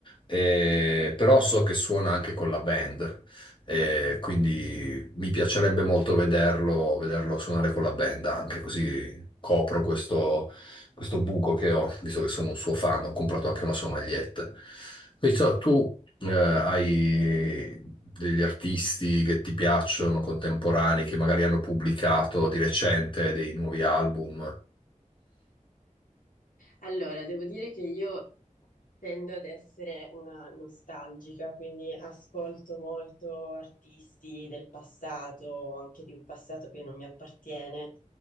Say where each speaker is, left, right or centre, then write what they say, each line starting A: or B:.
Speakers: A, on the left; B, on the left.
A: Eh, però so che suona anche con la band, eh, quindi mi
B: Mhm.
A: piacerebbe molto vederlo, vederlo suonare con la band anche, così copro questo, questo buco che ho, visto che sono un suo fan, ho comprato anche una sua maglietta. Quindi, so, tu eh, hai degli artisti che ti piacciono, contemporanei, che magari hanno pubblicato di recente dei nuovi album?
B: Allora, devo dire che io Tendo ad essere una nostalgica, quindi ascolto molto artisti del passato, anche di un passato che non mi appartiene.